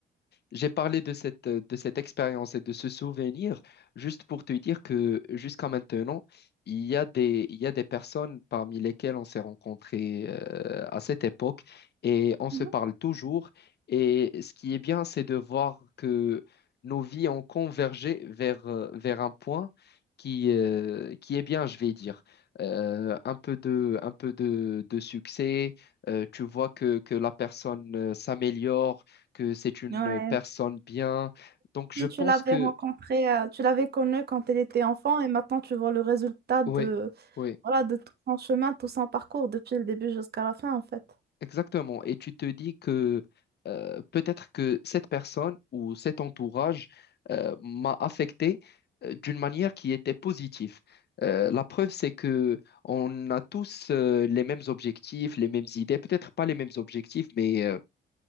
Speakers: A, on the left (about 55°); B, on the right (about 55°).
A: J'ai parlé de cette, euh, de cette expérience et de ce souvenir juste pour te dire que jusqu'à maintenant, il y a des, il y a des personnes parmi lesquelles on s'est rencontrés euh, à cette époque et on se
B: Mhm.
A: parle toujours. Et ce qui est bien, c'est de voir que nos vies ont convergé vers, euh, vers un point qui, euh, qui est bien, je vais dire. Euh, un peu de, un peu de, de succès, euh, tu vois que, que la personne euh, s'améliore que c'est une
B: Ouais.
A: personne bien. Donc, je
B: Si
A: pense
B: tu l'avais
A: que,
B: rencontré, euh, tu l'avais connu quand elle était enfant et maintenant tu vois le résultat de,
A: oui, oui,
B: voilà, de tout son chemin, tout son parcours depuis le début jusqu'à la fin en fait.
A: exactement. Et tu te dis que euh, peut-être que cette personne ou cet entourage euh, m'a affecté euh, d'une manière qui était positive. Euh, la preuve, c'est que on a tous euh, les mêmes objectifs, les mêmes idées, peut-être pas les mêmes objectifs, mais euh,